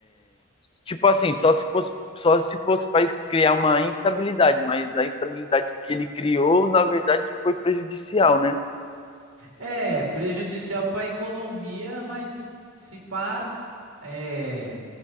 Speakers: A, on the left (about 25°); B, on the right (about 80°).
A: tipo assim, só se fosse. Só se fosse para criar uma instabilidade, mas a instabilidade que ele criou, na verdade, foi prejudicial, né?
B: É prejudicial para a economia, mas se pá, é